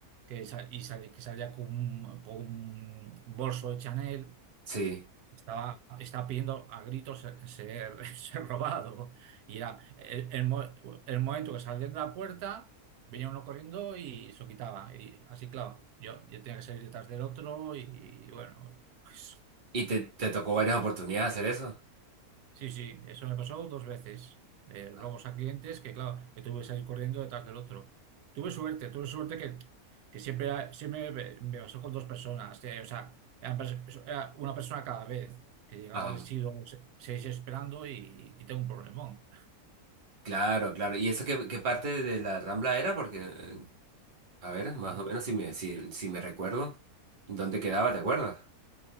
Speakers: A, on the right (about 80°); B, on the right (about 35°).
A: que, sa- y sal- que salía con un, con un bolso de Chanel
B: sí.
A: Estaba, estaba pidiendo a gritos ser, ser- <laughs> ser robado. Y era el, el mo- el momento que salían de la puerta, venía uno corriendo y se lo quitaba. Y así, claro, yo, yo tenía que salir detrás del otro y, bueno, pues,
B: ¿Y te, te tocó varias oportunidades hacer eso?
A: Sí, sí, eso me pasó dos veces. Eh, robos
B: Ah,
A: a clientes que, claro, que tuve que salir corriendo detrás del otro. Tuve suerte, tuve suerte que, que siempre, era- siempre me, me pasó con dos personas. eh, o sea, eran pers- era una persona cada vez que llegaba,
B: Ajá,
A: he sido se- seis esperando y, y tengo un problemón.
B: Claro, claro. ¿Y eso qué, qué parte de la Rambla era? Porque, eh, a ver, más
A: Ujú.
B: o menos si me, si, si me recuerdo, ¿dónde quedaba? ¿Te acuerdas?